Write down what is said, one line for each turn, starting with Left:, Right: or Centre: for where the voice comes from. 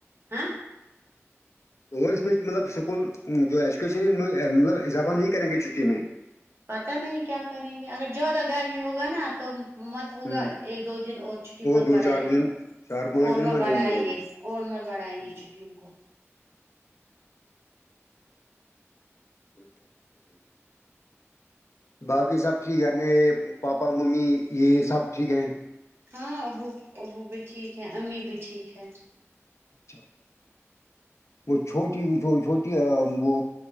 Right: ہاں
Left: اولڈ سمیچ مطلب اسکول جو ایجوکیشن ہے میں مطلب اضافہ نہیں کریں گے چھٹی میں
Right: پتا نہیں کیا کریں گے اگر زیادہ گرمی ہوگا نا تو مت ہوگا
Left: ہ
Right: ایک دو دن اور چھٹی مت
Left: دو
Right: بڑھائیں
Left: چار دن
Right: گے
Left: چار پانچ
Right: اور
Left: دن
Right: م
Left: میں
Right: بڑھائیں
Left: دیں اور
Right: گے
Left: بھی
Right: اور مت بڑھائیں گے
Left: ہوں
Right: چھٹیوں کو
Left: ہو جائے گا پھر بھی باقی سب ٹھیک ہےنے پاپا ممی یہ سب ٹھیک ہیں
Right: ہاں ابو ابو بھی ٹھیک ہے امی بھی ٹھیک ہے
Left: اچھا وہ چھوٹی چھوٹی وہ